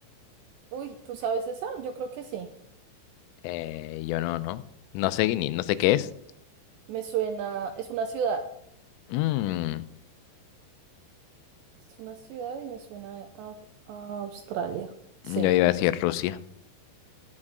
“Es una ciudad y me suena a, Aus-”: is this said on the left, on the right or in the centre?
Right